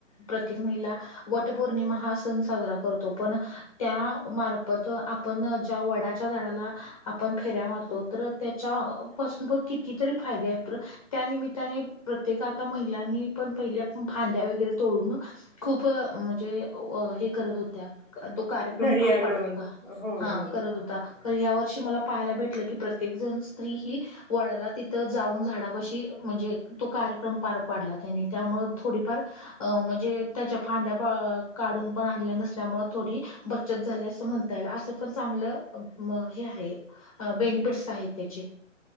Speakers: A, on the left; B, in the centre.
A: प्रत्येक महिला वटपौर्णिमा हा सण साजरा करतो पण त्या मार्फत आपण ज्या वडाच्या झाडाला आपण फेऱ्या मारतो, तर त्याच्यापसून प किती तरी फायदे आहेत प्र त्यानिमि त्याने प्रत्येक आता महिलांनी पण पहिले फांद्या वगैरे तोडून खूप म्हणजे व हे करत होत्या अ तो कार्यक्रम
B: घरी
A: पार
B: आणून
A: पाडत हुता.
B: हो
A: हा
B: हो
A: करत हुता खर ह्या वर्षी मला पाहायला भेटलं की प्रत्येक जण स्त्री ही वडाला तिथं जाऊन झाडापशी म्हणजे तो कार्यक्रम पार पाडला त्यांनी त्यामुळं थोडीफार अ म्हणजे त्याच्या फांद्या प काढून पण आणल्या नसल्यामुळे थोडी बचत झाली असं म्हणता येईल, असं पण चांगलं म हे आहे अ बेनिफिट्स आहेत त्याचे